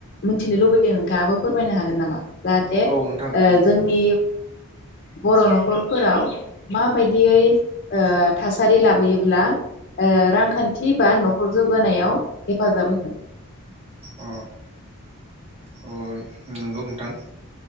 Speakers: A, on the left; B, on the right.
A: मिनथिनो लुबैदों नोंथाङाबो फोरमायनो हागोन नामा जाहाथे
B: औ नोंथां
A: ओ
B: औ
A: जोंनि बर न खरफोराव माबायदियै ओ थासारि लाबोयोब्ला ओ रांखान्थि बा न'खर जौगानायाव हेफाजाब होगोन
B: अ अ नंगौ नोंथां